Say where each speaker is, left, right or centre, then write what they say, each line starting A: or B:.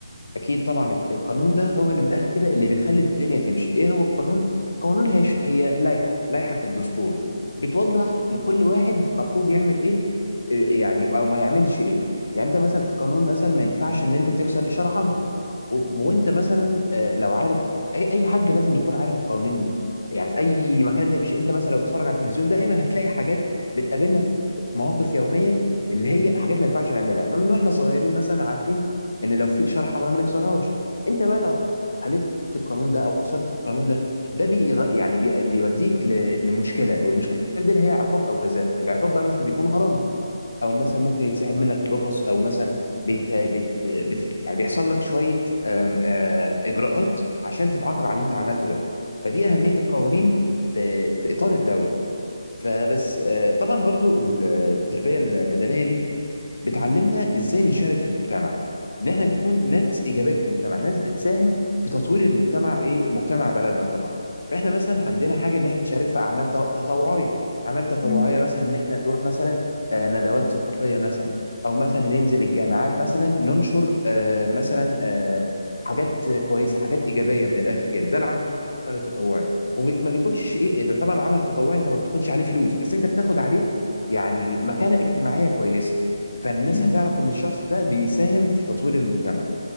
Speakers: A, on the left; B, on the left.
A: اكيد طبعا الق- القانون ده هو اللي من الاخر كده اللي بيخلي الدنيا تمشي ايه هو القانون القانون هي ش- هي لائحه لائحه في الدستور بتوضح لكل واحد مفروض يعمل ايه إيه يعني او ما يعملش ايه يعني انت مثلا في القانون مثلا ما ينفعش ان انت تكسر اشاره حمراء و- وانت مثلا آه، لو عارف اي أي حد لازم يكون عارف القوانين دي يعني في اي مكان انت بش... انت مثلا لو بتتفرج على التلفزيون دايما هتلاقي حاجات بتقابلنا في في مواقف يوميه اللي هي حاجات ما ينفعش نعملها فمن واحنا صغيرين مثلا عارفين ان لو في اشاره حمراء ما نكسرهاش انت بقى لو خالفت القانون ده او كسرت القانون ده ده بيغ... يعني بي... بيوديك ل... لمشكله والمشكله دي اللي هي عقاب او جزاء العقاب بقى مثلا بيكون غرامه او مثلا ممكن يتسحب منك الرخص او مثلا بيت... بيت... بت... يعني بيحصل لك شويه آم... آ... اجراءات عشان تتعاقب على اللي انت عملته ده فدي اهميه القوانين في في اطار الدوله فبس آه، طبعا برضو التربية المدنية دي بتعلمنا ازاي نشارك في المجتمع ان احنا نكون ناس ايجابية في المجتمع ناس بتساهم في تطوير المجتمع ايه مجتمع بلدنا طبعا فاحنا مثلا عندنا
B: بالظبط.
A: حاجة ان احنا نشارك في اعمال ت- تطوعية اعمال تطوعية
B: مم،
A: مثلا ان احنا نروح مثلا آه، ندوات ثقافية مثلا او مثلا ننزل الجامعات مثلا ننشر آه، مثلا آه، حاجات كويسة حاجات ايجابية من الاخر كده ده العمل التطوعي وما بيكونش ايه إيه، ده طبعا العمل التطوعي انت ما بتاخدش عليه فلوس بس انت بتاخد عليه يعني مكانة اجتماعية كويسة فالناس
B: مم،
A: هتعرف ان الشخص ده بيساهم في تطوير المجتمع